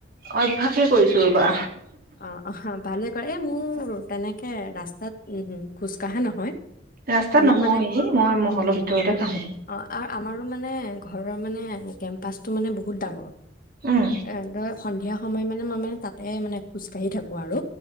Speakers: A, on the right; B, on the left.
A: অ অভ্যাসে কৰিছো ৰবা
B: অ অ ভালে কৰে এই মোৰ তেনেকে ৰাস্তাত উম উম খোজ কঢ়া নহয়।
A: ৰাস্তাত
B: আমাৰ
A: নহয়
B: মানে
A: মই মহলৰ ভিতৰতে কাঢ়োঁ।
B: অ আ- আমাৰো মানে ঘৰৰ মানে কেম্পাচটো মানে বহুত ডাঙৰ।
A: উম
B: এ তই সন্ধিয়া সময় মানে মই মানে তাতে মানে খোজকাঢ়ি থাকোঁ আৰু